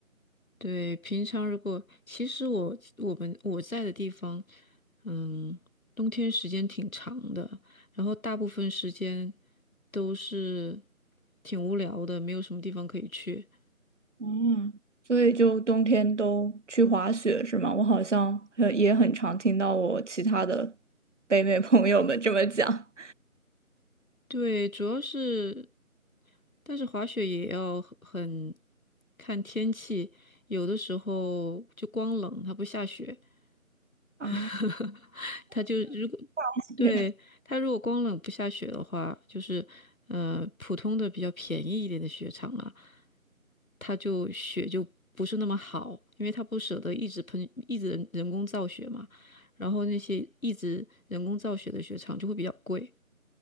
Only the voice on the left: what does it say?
对，平常如果其实我我们我在的地方，嗯，冬天时间挺长的，然后大部分时间都是挺无聊的，没有什么地方可以去。
对，主要是，但是滑雪也要很很看天气，有的时候就光冷，它不下雪，<laughs>
它就如果
对它如果光冷不下雪的话，
就是呃普通的比较便宜一点的雪场啊，它就雪就不是那么好，因为它不舍得一直喷，一直人人工造雪嘛，然后那些一直人工造雪的雪场就会比较贵。